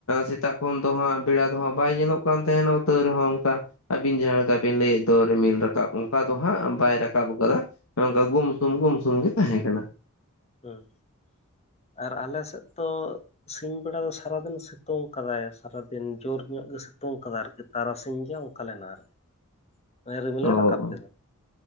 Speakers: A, on the left; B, on the left.
A: ᱥᱮᱛᱟᱜ ᱛᱚᱠᱷᱚᱱ ᱫᱚ
B: ᱦᱩᱸ
A: ᱦᱟᱸᱜ ᱵᱮᱲᱟ ᱫᱚ ᱦᱟᱸᱜ ᱵᱟᱭ ᱧᱮᱞᱚᱜ ᱠᱟᱱ ᱛᱟᱦᱮᱱᱟ ᱛᱟᱹᱶ ᱨᱮᱦᱚᱸ ᱚᱱᱠᱟ ᱟᱹᱵᱤᱱ ᱡᱟᱦᱟᱸ ᱞᱮᱠᱟ ᱵᱤᱱ ᱞᱟᱹᱭᱮᱫ ᱫᱚ ᱨᱤᱢᱤᱞ ᱨᱟᱠᱟᱵ ᱚᱱᱠᱟ ᱫᱚ ᱦᱟᱸᱜ ᱵᱟᱭ
B: ᱦᱳᱭ
A: ᱨᱟᱠᱟᱵ ᱟᱠᱟᱫᱟ ᱢᱟᱱᱮ ᱚᱱᱠᱟ ᱜᱩᱢ ᱥᱩᱢ ᱜᱩᱢ ᱥᱩᱢ ᱜᱮ ᱛᱟᱦᱮᱸ ᱠᱟᱱᱟ
B: ᱦᱮᱸ ᱟᱨ ᱟᱞᱮ ᱥᱮᱫ ᱛᱚ ᱥᱤᱧ ᱵᱮᱲᱟ ᱫᱚ ᱥᱟᱨᱟᱫᱤᱱ ᱥᱤᱛᱩᱝ ᱠᱟᱫᱟᱭ ᱥᱟᱨᱟᱫᱤᱱ ᱡᱳᱨ ᱧᱚᱜ ᱜᱮ ᱥᱤᱛᱩᱝ ᱠᱟᱫᱟᱭ ᱟᱨᱠᱤ ᱟᱨᱟᱨᱚᱥᱤᱧ ᱜᱮ ᱚᱱᱠᱟ ᱞᱮᱱᱟ ᱟᱨᱠᱤ
A: <unintelligible>
B: ᱢᱟᱱᱮ ᱨᱤᱢᱤᱞᱮ
A: ᱚ
B: ᱨᱟᱠᱟᱵ ᱞᱮᱫᱟ